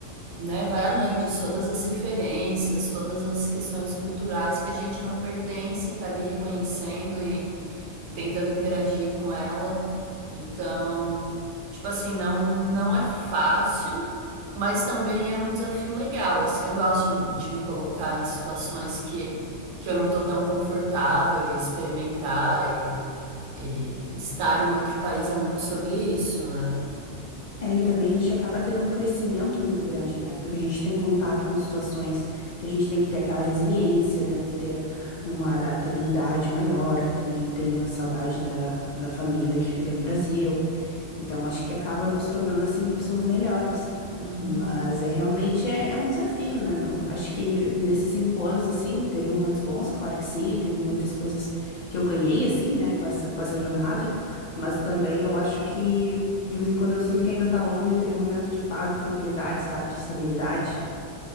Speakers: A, on the right (about 75°); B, on the left (about 65°).
A: né, vai além disso, todas as referências, todas as questões culturais que a gente não pertence, tá ali reconhecendo e tentando interagir com ela. Então, tipo assim, não não é fácil, mas também é um desafio legal. Assim, eu gosto de me colocar em situações que que eu não tô tão confortável e experimentar e, e estar em outro país é muito sobre isso, né?
B: É, e também a gente acaba tendo um crescimento muito grande, né? Porque a gente tem contato com situações que a gente tem que ter aquela resiliência, tem que ter uma adaptabilidade maior. Também tem a saudade da, da família que fica no Brasil. Então, acho que acaba nos tornando, assim, pessoas melhores.
A: Uhum.
B: Mas é realmente é, é um desafio, né? Não- acho que nesses cinco anos, assim, teve momentos bons, claro que sim, e teve muitas coisas que eu ganhei, assim, né, com essa, com essa jornada. Mas também eu acho que. De vez em quando eu sinto que ainda tá longe aquele momento de paz e tranquilidade, sabe? De estabilidade.